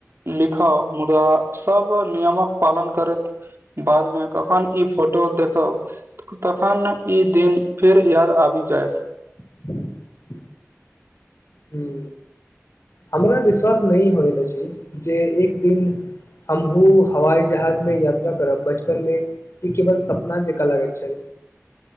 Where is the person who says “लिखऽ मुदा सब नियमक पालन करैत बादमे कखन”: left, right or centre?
Right